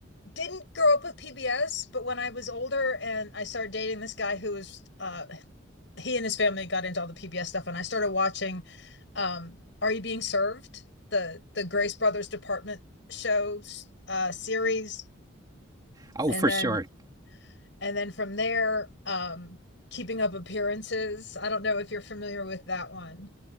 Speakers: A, on the left; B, on the right.
A: didn't grow up with PBS, but when I was older and I started dating this guy who was uh he and his family got into all the PBS stuff and I started watching um Are You Being Served? The the Grace Brothers Department shows uh series
B: Oh,
A: and
B: for
A: then
B: sure.
A: and then from there um Keeping Up Appearances. I don't know if you're familiar with that one.